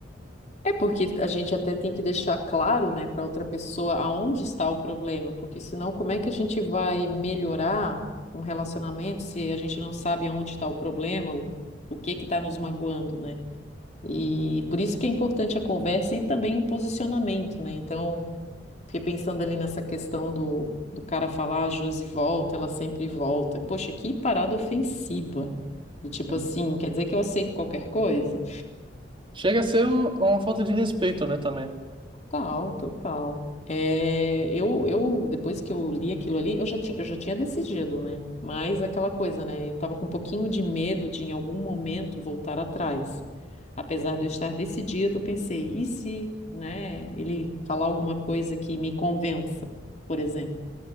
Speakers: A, on the left; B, on the right.
A: É porque a gente até tem que deixar claro, né, para outra pessoa aonde está o problema, porque senão como é que a gente vai melhorar um relacionamento se a gente não sabe aonde está o problema, o, o que que está nos magoando, né? E por isso que é importante a conversa e também o posicionamento, né? Então, fiquei pensando ali nessa questão do, do cara falar, a Josi volta, ela sempre volta. Poxa, que parada ofensiva. Do tipo
B: Sim.
A: assim, quer dizer que eu aceito qualquer coisa?
B: Chega a ser um- uma falta de respeito, né, também.
A: Total, total. É, eu, eu, depois que eu li aquilo ali, eu já tinha, eu já tinha decidido, né? Mas é aquela coisa, né? Eu tava com um pouquinho de medo de, em algum momento, voltar atrás. Apesar de eu estar decidida, eu pensei, e se, né, ele falar alguma coisa que me convença, por exemplo?